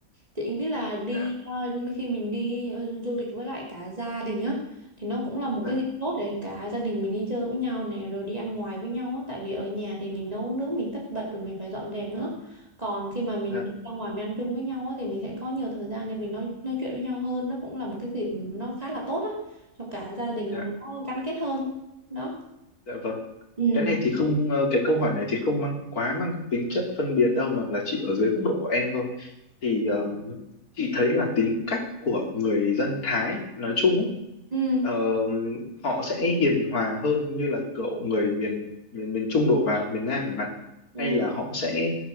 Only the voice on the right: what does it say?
chị nghĩ là đi
ờ, khi mình đi ờ, du lịch với lại cả gia đình á thì nó cũng là một
cái dịp tốt để cả gia đình mình đi chơi với nhau này rồi đi ăn ngoài với nhau á tại vì ở nhà thì mình nấu nướng mình tất bật rồi mình phải dọn dẹp nữa còn khi mà mình
đi ra ngoài mình ăn chung với nhau á thì mình sẽ có nhiều thời gian để mình nói nói chuyện với nhau hơn nó cũng là một cái dịp nó khá là tốt á cho cả gia đình
nó gắn kết hơn đó
ừ
ừ,
ừ.